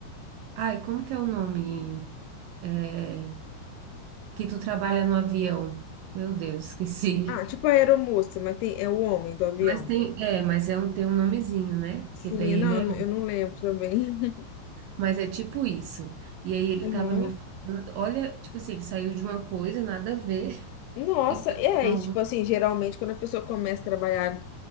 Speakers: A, on the right; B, on the left.
A: Ai, como que é o nome? É, Que tu trabalha no avião. Meu Deus, esqueci.
B: Ah, tipo a aeromoça, mas tem, é o homem do avião.
A: Mas tem, é, mas é um, tem um nomezinho, né?
B: Sim,
A: Que daí
B: não,
A: ele é,
B: eu não eu não lembro também. <laughs>
A: mas é tipo isso. E aí ele
B: Uhum.
A: tava me falando, olha, tipo assim, ele saiu de uma coisa, nada a ver,
B: Nossa,
A: <laughs> e foi
B: é,
A: pra
B: e
A: uma
B: tipo
A: outra.
B: assim, geralmente quando a pessoa começa a trabalhar